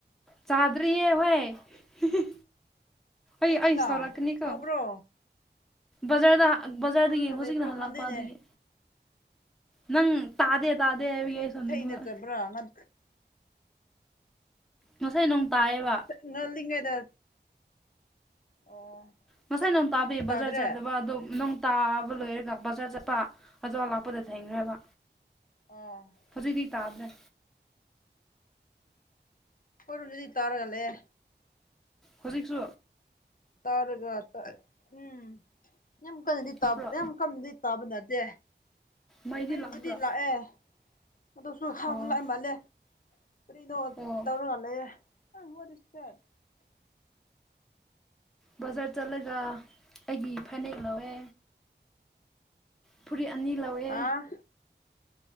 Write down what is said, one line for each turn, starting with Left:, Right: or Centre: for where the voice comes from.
Centre: ꯆꯥꯗꯔꯤꯌꯦ ꯍꯣꯏ
Left: ꯊꯦꯡꯉꯤꯅ
Centre: ꯑꯩ ꯑꯩ ꯁꯔꯛꯀꯅꯤꯀꯣ
Left: ꯁꯧꯕ꯭ꯔꯣ
Centre: ꯕꯖꯔꯗ ꯕꯖꯥꯔꯗ
Left: ꯁꯧꯔꯒ
Centre: ꯌꯦꯡ ꯍꯧꯖꯤꯛꯅ
Left: ꯂꯩꯕ꯭ꯔꯣ
Centre: ꯍꯜꯂꯛꯄ
Left: ꯈꯪꯗꯦꯅꯦ
Centre: ꯑꯗꯨꯒꯤ ꯅꯪ ꯇꯥꯗꯦ ꯇꯥꯗꯦ ꯍꯥꯢꯕꯒꯤ
Left: ꯀꯔꯤꯒꯤ
Centre: ꯑꯩ ꯁꯥꯎꯅꯤꯡꯕ
Left: <unintelligible>
Centre: ꯉꯁꯥꯏ ꯅꯣꯡ ꯇꯥꯏꯑꯦꯕ
Left: ꯉꯟꯂꯤꯉꯩꯗ ꯑꯣ
Centre: ꯉꯁꯥꯏ ꯅꯣꯡ
Left: ꯍꯧꯖꯤꯛꯇꯤ
Centre: ꯇꯥꯕꯤ
Left: ꯇꯥꯗ꯭ꯔꯦ
Centre: ꯕꯖꯥꯔ ꯆꯠꯇꯕ ꯑꯗꯣꯝ ꯅꯪ ꯇꯥꯕ ꯂꯣꯏꯔꯒ ꯕꯖꯥꯔ ꯆꯠꯄ ꯑꯗꯨ ꯂꯥꯛꯄꯗ ꯊꯦꯡꯈ꯭ꯔꯦꯕ
Left: ꯑꯣ
Centre: ꯍꯧꯖꯤꯛꯇꯤ ꯇꯥꯗ꯭ꯔꯦ
Left: ꯑꯩꯈꯣꯢꯔꯣꯝꯗꯗꯤ ꯇꯔ ꯂꯩꯌꯦ
Centre: ꯍꯣꯖꯤꯛꯁꯨ
Left: ꯇꯥꯔꯒ ꯎꯝ ꯌꯥꯝ ꯀꯟꯅꯗꯤ
Centre: ꯂꯥꯛꯄ꯭ꯔꯣ
Left: ꯌꯥꯝ ꯀꯟꯅꯗꯤ ꯇꯥꯕ ꯅꯠꯇꯦ
Centre: ꯃꯩꯗꯤ
Left: ꯃꯩꯕꯨꯗꯤ
Centre: ꯂꯥꯛꯄ꯭ꯔꯣ
Left: ꯂꯥꯛꯑꯦ ꯑꯗꯨꯁꯨ ꯍꯥꯞ
Centre: ꯑꯣ
Left: ꯂꯥꯛꯑꯦ ꯃꯥꯜꯂꯦ ꯀꯔꯤꯗꯣ
Centre: ꯑꯣ
Left: ꯇꯧꯔꯒ ꯂꯩꯔꯦ ꯑ ꯋꯥꯠ ꯢꯁ ꯗꯦꯠ
Centre: ꯕꯖꯥꯔ ꯆꯠꯂꯒ ꯑꯩꯒꯤ ꯐꯅꯦꯛ ꯂꯧꯋꯦ ꯐꯨꯔꯤꯠ ꯑꯅꯤ ꯂꯧꯋꯦ
Left: ꯑꯥ